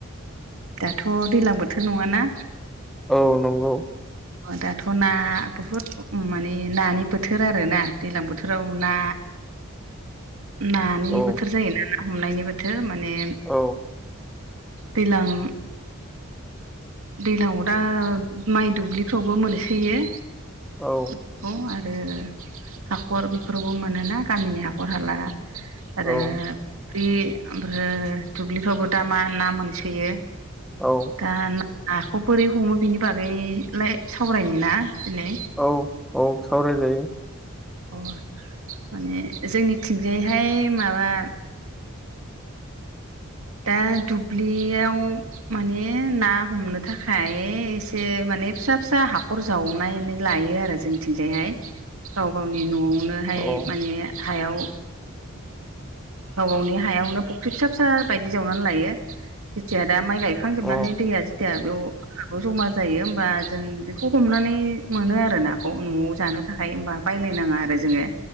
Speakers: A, on the right; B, in the centre.
A: दाथ' दैज्लां बोथोर नङाना।
B: औ नंगौ।
A: दाथ' ना बुहुद माने नानि बोथोर आरो ना दैज्लां बोथोराव ना नानि
B: औ
A: बोथोर जायोना ना हमनायनि बोथोर माने
B: औ
A: दैलां दैज्लाङाव दा माइ दुब्लिफ्रावबो मोनसोयो
B: औ।
A: बेखौ आरो हाखर बेफोरावबो मोनोना गामिनि हाखर हाला आरो
B: औ
A: फख्रि ओमफ्राय दुब्लिफ्रावबो दा मा ना मोनसोयो।
B: औ।
A: दा नाखौ बोरै हमो बिनि बागैलाय सावरायनो ना दिनै।
B: औ औ सावरायजायो।
A: अ माने जोंनिथिंजायहाय माबा दा दुब्लियाव माने ना हमनो थाखाय एसे माने फिसा फिसा हाखर जावनानै लायो आरो जों। जोंथिंजायहाय गाव गावनि न'आवनोहाय
B: औ
A: माने हायाव गाव गावनि हायावनो फुख्रि फिसा फिसा बायदि जावनानै लायो जेथिया दा माइ गायखां जोबनानै
B: अ
A: दैया जेथिया बेयाव औ जमा जायो होमबा जों बेखौ हमनानै मोनो आरो नाखौ न'आव जानो थाखाय होमबा बायलायनाङा आरो जोङो